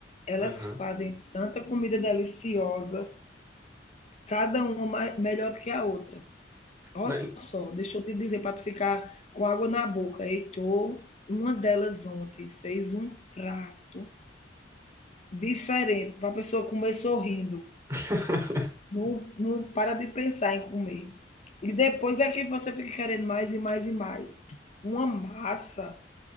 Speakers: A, on the left; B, on the right.
A: Elas
B: Aham.
A: fazem tanta comida deliciosa, cada uma mai- melhor do que a outra. Olha
B: Na-
A: só, deixa eu te dizer para tu ficar com água na boca. Heitor, uma delas ontem fez um prato diferente para a pessoa comer sorrindo.
B: <laughs>
A: Não, não para de pensar em comer. E depois é que você fica querendo mais e mais e mais. Uma massa